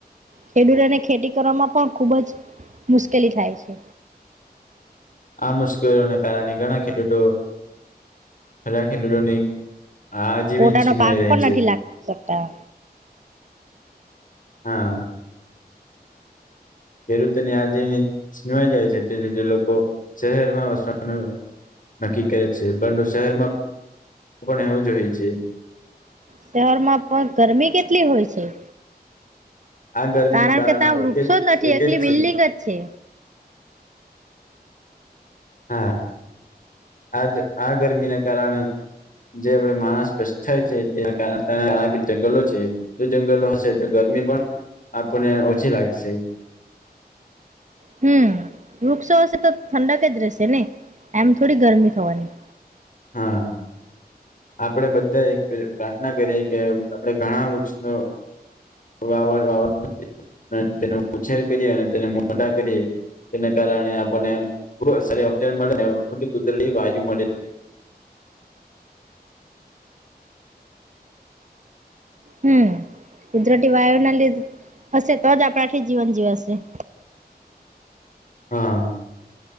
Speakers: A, on the right; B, on the left.
A: ખેડૂતોને ખેતી કરવામાં પણ ખુબ જ મુશ્કેલી થાય છે.
B: આ મુશ્કેલોને કારણે ઘણા ખેડૂતો ઘણા ખેડૂતોની. આજીવન
A: પોતાનો
B: છીનવાઈ
A: પાક
B: રહી
A: પણ
B: છે
A: નથી લાગી શકતા.
B: હા. ખેડૂતોને આજવાઈ જાય છે એટલે જે લોકો શહેરમાં વસવાનું. નક્કી કરે છે પરંતુ શહેરમાં પણ એવું જો હોય છે.
A: શહેરમાં પણ ગરમી કેટલી હોય છે.
B: આ ગરમીનું
A: કારણ કે ત્યાં
B: એક
A: વૃક્ષો જ નથી
B: એક
A: એકલી
B: છે
A: બિલ્ડિંગ જ છે.
B: હા આજ આ ગરમી ના કારણે. જે આપડ માણસ સ્પષ્ટ થાય છે એના કાર જંગલો છે. જો જંગલો હશે તો ગરમી પણ આપણને ઓછી લાગશે.
A: હમ. વૃક્ષો હશે તો ઠંડક જ રહેશે ને એમ થોડી ગરમી થવાની.
B: હા આપડે બધા એક પ્રાર્થના કરીએ કે આપડે ઘણા વૃક્ષ ન. વા વા તેનો ઉછેર કરી અને તેને મોઢા કરી. તેને કારણે આપણને ખ સારી ઓક્જન મળે ને કુર વાજુ મળે.
A: હમ કુદરતી વાયુના લીધે હશે તો જ આપણાથી જીવન જીવાશે.
B: હા.